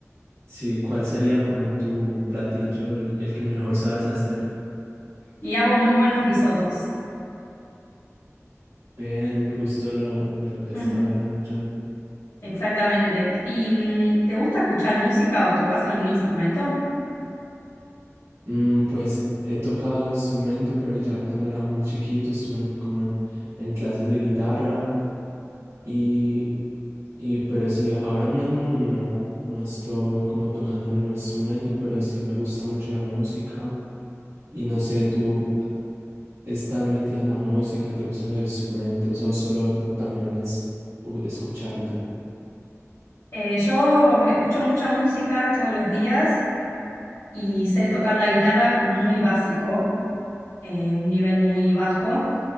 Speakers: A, on the right; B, on the left.
A: Sí, ¿cuál sería como tu platillo, el, el que mejor sabes hacer?
B: Y hago muy buenos risotos.
A: Ve el justo lo de lo que
B: <laughs>
A: estaba hablando yo.
B: Exactamente. ¿Y mm, te gusta escuchar música o tocas algún instrumento?
A: Mm, pues he tocado instrumento, pero ya cuando era muy chiquito estuve en- como en, en clases de guitarra y, y pero sí, ahora mismo no, no estoy como tocando ningún instrumento, pero sí me gusta mucho la música y no sé, ¿tú estás metida en la música, te gustan los instrumentos o solo también es uh, escuchar y ya?
B: Eh, yo escucho mucha música todos los días y sé tocar la guitarra muy básico, eh, un nivel muy bajo,